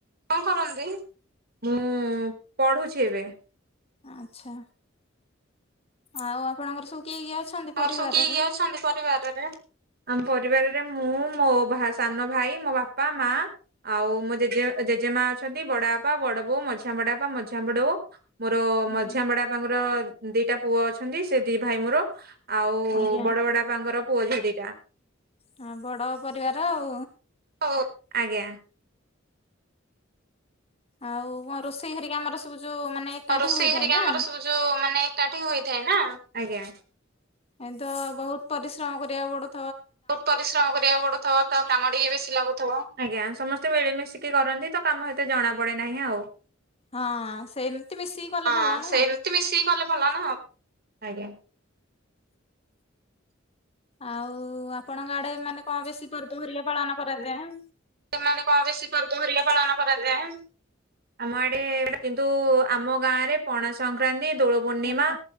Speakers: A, on the right (about 50°); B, on the left (about 30°).
A: କଣ କରନ୍ତି? ମୁଁ ପଢୁଛି ଏବେ।
B: ଆଛା, ଆଉ ଆପଣଙ୍କର ସବୁ କିଏ କିଏ ଅଛନ୍ତି ପରିବାରରେ?
A: ସବୁ କିଏ କିଏ ଅଛନ୍ତି ପରିବାରରେ? ଆମ ପରିବାରରେ ମୁଁ ମୋ ସାନ ଭାଇ, ମୋ ବାପା, ମା। ଆଉ ମୋ ଜେଜେ ଜେଜେମା ଅଛନ୍ତି ବଡ ବାପା, ବଡ ବୋଉ, ମଝିଆ ବଡ ବାପା, ମଝିଆ ବଡ ବୋଉ। ମୋର
B: ଆଜ୍ଞା
A: ମଝିଆ ବଡ ବାପାଙ୍କର ଦିଟା ପୁଅ ଅଛନ୍ତି। ସେ ଦି ଭାଇ ମୋର। ଆଉ
B: ଆଜ୍ଞା
A: ବଡ ବଡ ବାପା ଙ୍କର ପୁଅ ଝିଅ ଦିଟା।
B: ହଁ ବଡ ପରିବାର ଆଉ।
A: <unintelligible> ଆଜ୍ଞା।
B: ଆଉ ହଁ ରୋଷେଇ ହେରିକ ଆମର ସବୁ ଯୋଉ ମାନେ ଏକାଠି
A: ଆଉ ରୋଷେଇ
B: ହୋଇଥାଏ
A: ହେରିକା
B: ନା।
A: ଆମର ସବୁ ଯୋଉ ମାନେ ଏକାଠି ହୋଇଥାଏ ନା। ଆଜ୍ଞା।
B: ଏମ ତ ବହୁତ ପରିଶ୍ରମ କରିବାକୁ ପଡ
A: ବହୁତ ପରିଶ୍ରମ କରିବାକୁ ପଡୁଥିବ ତ କାମ ଟିକେ ବେଶି ଲାଗୁଥିବ। ଆଜ୍ଞା ସମସ୍ତେ ମିଳିମିସ୍ କି କରନ୍ତି ତ କାମ ସତ ଜଣା ପଡେ ନାହିଁ ଆଉ।
B: ହଁ ସେମିତି ମିଶିକି କଲେ
A: ହଁ
B: ଭଲ ନା
A: ସେମିତି
B: ଆଉ।
A: ମିଶିକି ଗଲେ ଭଲ ନା ଆଉ। ଆଜ୍ଞା।
B: ଆଉ ଆପଣଙ୍କ ଆଡେ ମାନେ କଣ ବେଶୀ ପର୍ବ ହେରିକା ପାଳନ କରାଯାଏ?
A: ତମ ଆଡେ କଣ ବେଶୀ ପର୍ବ ହେରିକା ପାଳନ କରାଯାଏ? ଆମ ଆଡେ କିନ୍ତୁ ଆମ ଗାଁ ରେ ପଣା ସଂକ୍ରାନ୍ତି ଦୋଳ ପୂର୍ଣ୍ଣିମା
B: ଆଜ୍ଞା